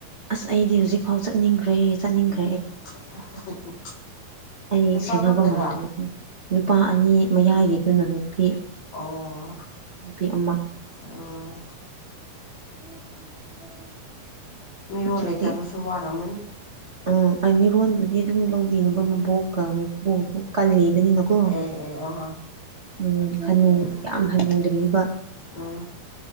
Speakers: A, on the right; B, on the left.
A: ꯑꯁ ꯑꯩꯗꯤ ꯍꯧꯖꯤꯛ ꯐꯥꯎ ꯆꯠꯅꯤꯡꯒ꯭ꯔꯦ ꯆꯠꯅꯤꯡꯒ꯭ꯔꯦ
B: <unintelligible>
A: ꯑꯩ
B: ꯅꯨꯄꯥ
A: ꯁꯦꯟꯅꯕ
B: ꯉꯥꯛꯇꯔꯥ
A: ꯉꯝꯗ꯭ꯔꯦꯁꯦ ꯅꯨꯄꯥ ꯑꯅꯤ ꯃꯌꯥꯏꯒꯤꯗꯨꯅ ꯅꯨꯄꯤ
B: ꯑꯣ
A: ꯅꯨꯄꯤ ꯑꯃ
B: ꯎꯝ
A: <unintelligible>
B: ꯃꯤꯔꯣꯜ
A: ꯍꯧꯖꯤꯛꯇꯤ
B: ꯂꯩꯇꯕꯁꯨ ꯋꯥꯔꯝꯃꯅꯤ
A: ꯎꯝ ꯑꯩ ꯃꯤꯔꯣꯟꯕꯨꯗꯤ ꯑꯗꯨꯝ ꯂꯧꯕꯤꯅꯕ ꯃꯕꯣꯛ ꯀ ꯃꯄꯨ ꯃꯄꯨ ꯀꯜꯂꯤꯕꯅꯤꯅꯀꯣ
B: ꯑꯦ ꯑꯦ ꯑꯍ
A: ꯎꯝ ꯍꯟꯅꯨ
B: ꯎꯝ
A: ꯌꯥꯝ ꯍꯟꯅꯨꯗ꯭ꯔꯤꯕ
B: ꯎꯝ